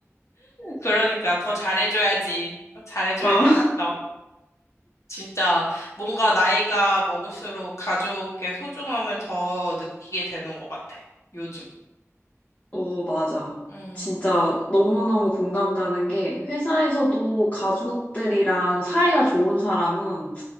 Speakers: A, on the left; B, on the left.
A: 그러니까 더 잘해줘야지. 더 잘해줘야겠어.
B: 어,
A: 진짜 뭔가 나이가 먹을수록 가족의 소중함을 더 느끼게 되는 것 같아, 요즘.
B: 어, 맞아.
A: 음,
B: 진짜 너무너무 공감 가는 게 회사에서도 가족들이랑 사이가 좋은 사람은